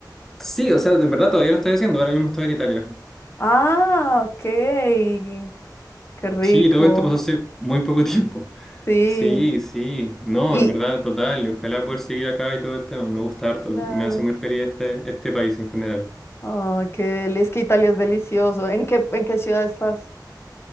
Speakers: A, in the centre; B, on the left.
A: sí, o sea, de verdad todavía lo estoy haciendo, ahora mismo estoy en Italia.
B: Ah, ok. Qué rico.
A: Sí, todo esto pasó hace muy poco <laughs> tiempo.
B: Sí.
A: Sí, sí. No,
B: Y
A: en verdad, total. y Ojalá poder seguir acá y todo el tema. Me gusta harto.
B: claro.
A: Me hace muy feliz este, este país en general.
B: Ah, qué deli- es que Italia es delicioso. ¿En qué, en qué ciudad estás?